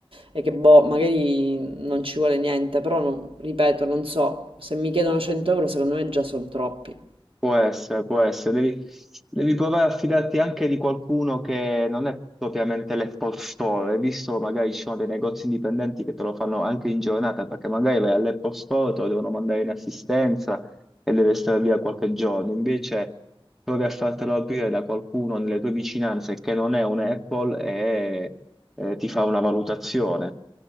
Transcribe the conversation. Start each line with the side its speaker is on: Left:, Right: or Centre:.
Right: e che boh, magari non ci vuole niente, però non- ripeto, non so, se mi chiedono 100 euro secondo me già sono troppi.
Centre: Può essere, può essere. Devi, devi provare a fidarti anche di qualcuno che non è propriamente l'Apple Store, Hai visto magari ci sono dei negozi indipendenti che te lo fanno anche in giornata, perché magari vai all'Apple Store, te lo devono mandare in assistenza e deve stare via qualche giorno. Invece provi a fartelo aprire da qualcuno nelle tue vicinanze che non è un Apple e eh, ti fa una valutazione,